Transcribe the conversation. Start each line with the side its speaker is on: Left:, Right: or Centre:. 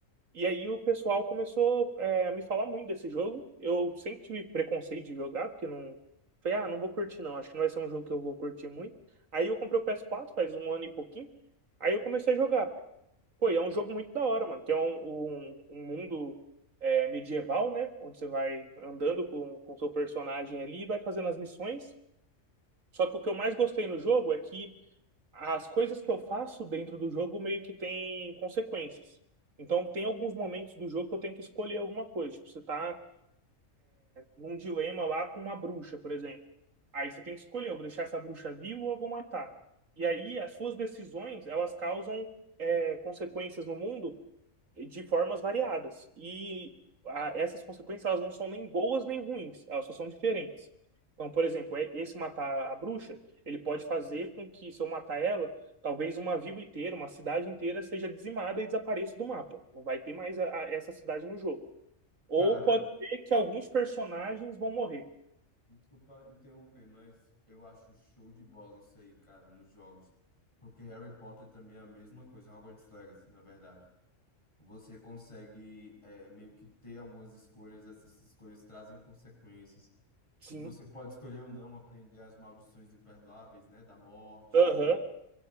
Right: E aí o pessoal começou é, a me falar muito desse jogo. Eu sempre tive preconceito de jogar, porque não. Falei, ah, não vou curtir não, acho que não vai ser um jogo que eu vou curtir muito. Aí eu comprei o PS4 faz um ano e pouquinho. Aí eu comecei a jogar. Pô, e é um jogo muito da hora, mano. Tem um, um, um mundo é, medieval, né? Onde você vai andando com com o seu personagem ali e vai fazendo as missões. Só que o que eu mais gostei no jogo é que as coisas que eu faço dentro do jogo meio que tem consequências. Então, tem alguns momentos do jogo que eu tenho que escolher alguma coisa. Tipo, você tá num dilema lá com uma bruxa, por exemplo. Aí você tem que escolher, eu vou deixar essa bruxa viva ou eu vou matar. E aí, as suas decisões, elas causam é, consequências no mundo de formas variadas. E a- essas consequências, elas não são nem boas nem ruins, elas só são diferentes. Então, por exemplo, é- esse matar a bruxa, ele pode fazer com que, se eu matar ela, talvez uma vila inteira, uma cidade inteira seja dizimada e desapareça do mapa. Não vai ter mais a- a- essa cidade no jogo. Ou
Left: Cara,
Right: pode ser que alguns personagens vão morrer.
Left: Desculpa interromper, mas eu acho show de bola isso aí, cara, nos jogos. Porque Harry Potter também é a mesma coisa, Hogwarts Legacy, na verdade. Você consegue é, meio que ter algumas escolhas, essas escolhas trazem consequências.
Right: Sim.
Left: Você pode escolher ou não aprender as maldições imperdoáveis, né? Da morte,
Right: Aham.